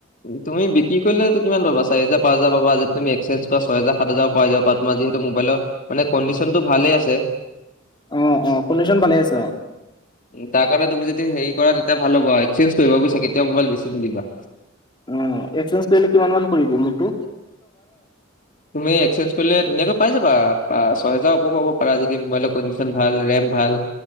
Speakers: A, on the left; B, on the left.
A: তুমি বিক্ৰী কৰিলেটো কিমান পাবা, চাৰি হাজাৰ পাঁচ হাজাৰ পাবা। যে তুমি এক্সেঞ্জ কৰা ছয় হাজাৰ সাত হাজাৰ পাবা। পাই যাবা তোমাৰ যিহেতু মোবাইলৰ মানে কণ্ডিশনটো ভালেই আছে।
B: অহ', অহ'। কণ্ডিশ্যন ভালে আছে অহ।
A: তাৰ কাৰণে তুমি যদি হেৰি কৰা তেতিয়া ভাল হ'ব। এক্সেঞ্জ কৰিবা বুজিছা কেতিয়া মোবাইল বেচিবা দিবা।
B: অহ, এক্সচেঞ্জ কৰিলে কিমান মান পৰিব মোৰটো?
A: তুমি এক্সেঞ্জ কৰিলে ধুনীয়াকৈ পাই যাবা, ছয় হেজাৰ ওপৰও পাব পাৰা যদি মোবাইল কডিচন ভাল, ৰেম ভাল।